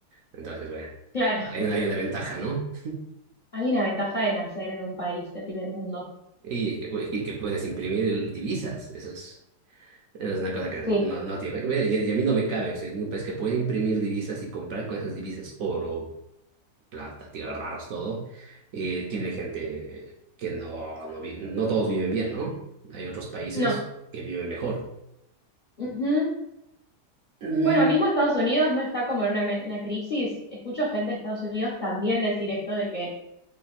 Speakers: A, on the right; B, on the left.
A: Entonces, bueno,
B: Claro,
A: hay
B: <laughs>
A: una, hay una ventaja, ¿no?
B: hay una ventaja de nacer en un país de primer mundo.
A: Y que, pu- y que puedes imprimir el- divisas. Eso es, eso es una cosa que no,
B: Sí,
A: no te imag- bueno, y, a y a mí no me cabe. O sea, en un país que puede imprimir divisas y comprar con esas divisas oro, plata, tierras raras, todo. Y tiene gente que no, no vive, no todos viven bien, ¿no? Hay otros países
B: no.
A: que viven mejor.
B: Ujú.
A: Mm,
B: Bueno, mismo Estados Unidos no está como en una, me- una crisis. Escucho gente de Estados Unidos también decir esto de que